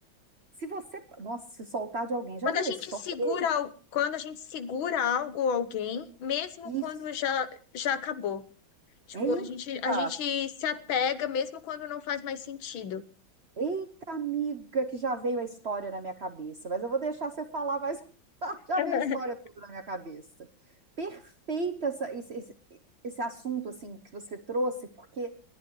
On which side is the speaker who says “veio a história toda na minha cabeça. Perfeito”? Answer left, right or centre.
Right